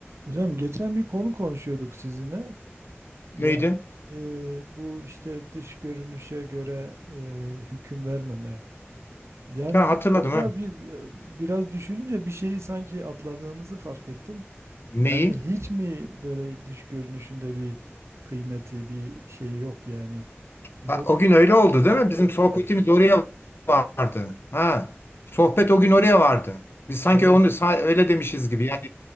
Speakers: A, on the right; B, on the left.
A: Hocam geçen bir konu konuşuyorduk sizinle. Ya
B: Neydi?
A: e, bu işte dış görünüşe göre e, hüküm vermeme. Yani
B: Ha, hatırladım
A: orada
B: ha.
A: bir e, biraz düşününce bir şeyi sanki atladığımızı fark ettim.
B: Neyi?
A: Yani hiç mi böyle dış görünüşünde bir kıymeti, bir şey yok yani. Biz
B: Ha,
A: o
B: o
A: kısmı
B: gün öyle
A: sanki
B: oldu
A: biraz atladık
B: değil mi? Bizim sohbetimiz
A: biraz.
B: oraya vardı. Ha. Sohbet o gün oraya vardı. Biz sanki
A: Evet.
B: onu sa- öyle demişiz gibi. Yani